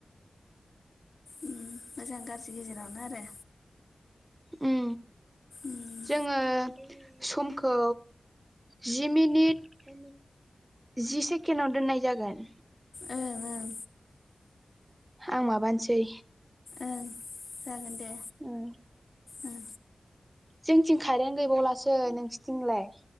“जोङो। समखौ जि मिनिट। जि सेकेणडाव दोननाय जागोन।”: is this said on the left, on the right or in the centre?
Right